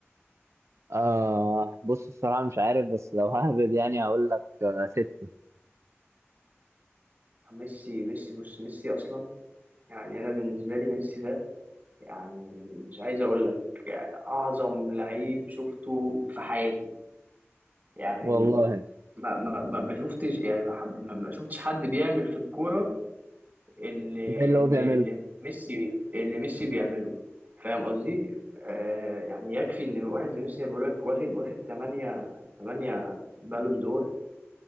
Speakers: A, on the right; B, on the right.
A: آه بص الصراحه مش عارف بس لو ههبد يعني هقول لك آه ستة
B: ميسي ميسي بص ميسي اصلا يعني انا بالنسبه لي ميسي ده يعني مش عايز اقول لك يعني اعظم لعيب شفته في حياتي يعني
A: والله
B: ما ما ما ما شفتش يعني ما حب- ما- ما شفتش حد بيعمل في الكوره اللي
A: ده اللي
B: اللي
A: هو بيعمله
B: اللي ميسي اللي ميسي بيعمله فاهم قصدي آه يعني يكفي ان واحد زي ميسي بيقول لك واخد واخد 8 8 بالون دور